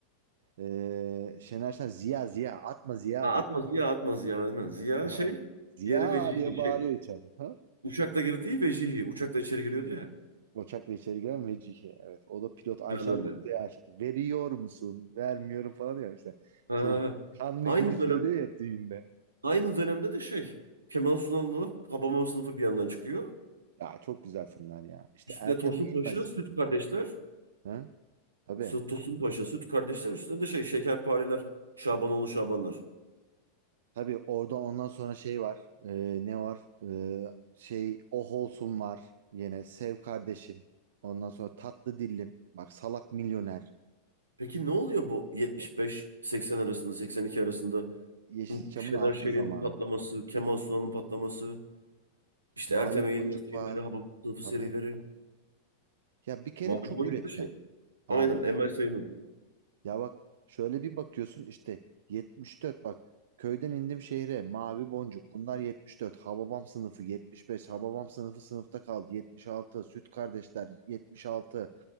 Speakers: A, on the right (about 60°); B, on the right (about 75°).
A: Ee, Şener Şen Ziya Ziya atma Ziya
B: Ha,
A: diyor.
B: atma Ziya atma Ziya. Aynen. Ziya
A: Aha.
B: şey.
A: Ziya
B: Diğeri vecihi.
A: diye bağırıyor
B: Şey,
A: içeride. Ha?
B: uçakla girdiği vecihi. Uçakla içeri giriyordu ya.
A: Uçakla içeri giren Vecihi. Evet. O da pilot Ayşen
B: Planörleri.
A: Kurt'a aşık. Veriyor musun? Vermiyorum falan diyor işte.
B: Ha.
A: Şey. Kanlı
B: Aynı
A: Gül'ü söylüyor
B: dönemde
A: ya düğünde.
B: aynı dönemde de şey. Kemal Sunal'la Habamam sınıfı bir yandan çıkıyor.
A: Ya çok güzel filmler ya. İşte
B: Üstüne
A: Ertem
B: Tosun
A: Eğilmez
B: Paşa, Süt
A: filmleri.
B: Kardeşler.
A: Ha? Tabii.
B: Süt Tosun Paşa, Süt Kardeşler üstünde de şey Şekerpareler, Şabanoğlu Şabanlar.
A: Tabii orada ondan sonra şey var. Ee, ne var? Ee, şey Oh Olsun var. Yine Sev Kardeşim. Ondan sonra Tatlı Dillim. Bak Salak Milyoner.
B: Peki ne oluyor bu 75-80 arasında, 82 arasında?
A: Yeşilçam'ın
B: Bu Şener
A: altın
B: Şen'in
A: zamanı.
B: patlaması, Kemal Sunal'ın patlaması, işte
A: Mavi
B: Ertem Eğilmez
A: Boncuk
B: filmleri,
A: var.
B: Hababam Sınıfı
A: Tabii.
B: serileri.
A: Ya bir kere
B: Mavi
A: çok
B: Boncuk
A: üretken
B: da şey.
A: abi.
B: Aynen Emel Sayın'ın.
A: Ya bak şöyle bir bakıyorsun işte 74 bak köyden indim şehre mavi boncuk bunlar 74 Hababam sınıfı 75 Hababam sınıfı sınıfta kaldı 76 Süt kardeşler 76